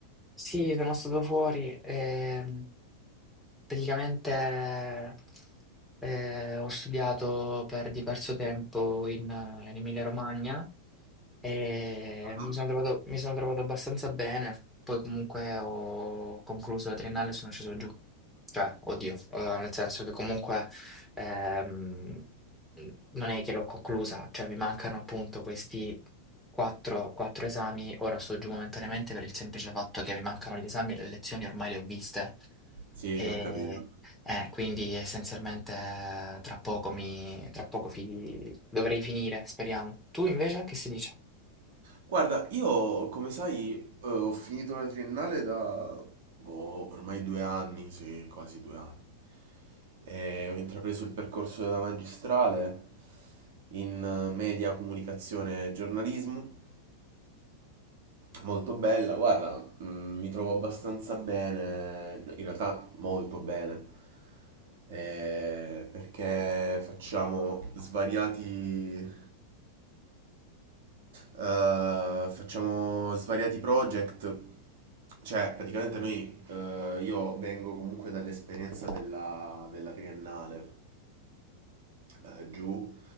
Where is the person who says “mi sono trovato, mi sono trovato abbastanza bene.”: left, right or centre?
Centre